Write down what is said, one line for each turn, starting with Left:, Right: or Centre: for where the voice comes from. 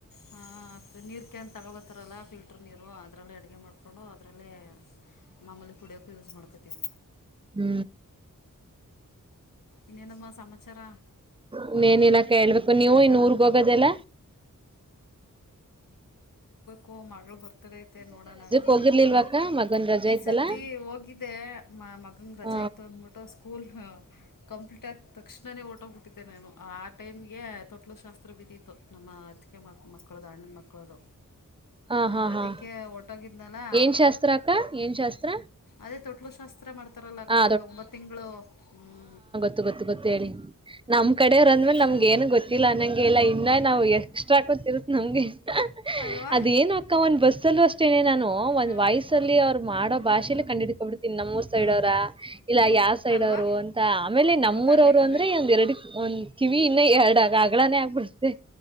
Left: ಹಾ ಅದ್ ನೀರ್ ಕ್ಯಾನ್ ತಗಬತಾರಲ್ಲ ಫಿಲ್ಟರ್ ನೀರು ಅದ್ರಲ್ಲೇ ಅಡ್ಗೆ ಮಾಡ್ಕೊಂಡು ಅದ್ರಲ್ಲೇ ಮಾಮೂಲಿ ಕುಡಿಯಕು ಯೂಸ್ ಮಾಡ್ <unintelligible>
Right: ಹ್ಮು.
Left: ಇನ್ನೇನಮ್ಮ ಸಮಾಚಾರ?
Right: ಇನ್ನೇನಿಲ್ಲಕ್ಕ ಹೇಳ್ಬೇಕು ನೀವು ಇನ್ನು ಊರ್ಗ್ ಹೋಗದೆಲ್ಲ?
Left: ಕೋ ಮಗಳ್ ಬರ್ತಡೆ ಐತೆ ನೋಡಣ, ಈ ಸತಿ
Right: ಹೋಗಿರ್ಲಿಲ್ವಕ್ಕ
Left: ರಜಕ್ ಹೋಗಿರ್ಲಿಲ್ವ
Right: ಮಗನ್
Left: ಅಕ್ಕ?
Right: ರಜಾ
Left: ಈ
Right: ಐತಲ್ಲಾ
Left: ಸತಿ ಹೋಗಿದ್ದೆ ಮ ಮಗನ್ಗ್ ರಜಾ
Right: ಹ
Left: ಇತ್ತು ಅಂದ್ಬುಟ್ಟು ಸ್ಕೂಲ್ ಹಾ. ಕಂಪ್ಲೀಟ್ ಆದ್ ತಕ್ಷ್ಣನೇ ಒರ್ಟೋಗ್ಬುಟ್ಟಿದ್ದೆ ನಾನು ಆ ಟೈಮ್ಗೆ ತೊಟ್ಲು ಶಾಸ್ತ್ರ ಬಿದ್ದಿತ್ತು ನಮಾ ಅತ್ಗೆ ಮಕ್ ಮಕ್ಕಳದು ಅಣ್ಣನ ಮಕ್ಕಳದು.
Right: ಹಾ
Left: ಆ
Right: ಹಾ
Left: ಅದಕ್ಕೆ
Right: ಹಾ
Left: ಒರ್ಟೋಗಿದ್ ದಲಾ,
Right: ಏನ್ ಶಾಸ್ತ್ರ ಅಕ್ಕ ಏನ್ ಶಾಸ್ತ್ರ
Left: ಅದೇ ತೊಟ್ಲು ಶಾಸ್ತ್ರ ಮಾಡ್ತಾರಲ್ಲ
Right: ಹಾ
Left: ಗೊತ್ತಿಲ್ವಾ ಒಂಬತ್ ತಿಂಗಳು ಹ್ಮು
Right: ತ್ತು ಗೊತ್ತು ಗೊತ್ತು ಹೇಳಿ ನಮ್ ಕಡೆವ್ರ್ ಅಂದ್ಮೇಲ್
Left: ತಕ್ಷಣ
Right: ನಮ್ಗ್ ಏನೂ ಗೊತ್ತಿಲ್ಲ ಅನ್ನಂಗಿಲ್ಲ ಇನ್ನ ನಾವು ಎಕ್ಸ್ಟ್ರಾ ಕೊತ್ತಿರುತ್ ನಮ್ಗೆ <unintelligible>
Left: ಅಲ್ವಾ
Right: ಅದ್ ಏನೋ ಅಕ್ಕ ಒಂದ್ ಬಸ್ಸಲ್ಲೂ ಅಷ್ಟೇನೆ ನಾನ್ ಓ ಒಂದ್
Left: ಹಾಂ
Right: ವಾಯ್ಸ್ ಅಲ್ಲಿ ಅವ್ರ್ ಮಾಡೋ ಭಾಷ್ <unintelligible> ಕಂಡಿಡಿ <unintelligible> ಇಲ್ ನಮ್ಮೂರ್ ಸೈಡವ್ರಾ
Left: ಹ
Right: ಇಲ್ಲ ಯಾವ್ ಸೈಡವ್ರು
Left: ಅಲ್ವಾ
Right: ಅಂತ ಆಮೇಲೆ ನಮ್ಮೂರ್
Left: ಗೊತ್ತಾಗೋಯ್ತದೆ
Right: ಅವ್ರು ಅಂದ್ರೆ ಒಂದ್ ಎರಡು ಒಂದ್ ಕಿವಿ ಇನ್ನ ಎ ಅಗ್ಗಳಾನೇ ಆಗ್ಬಿಡ್ತೆ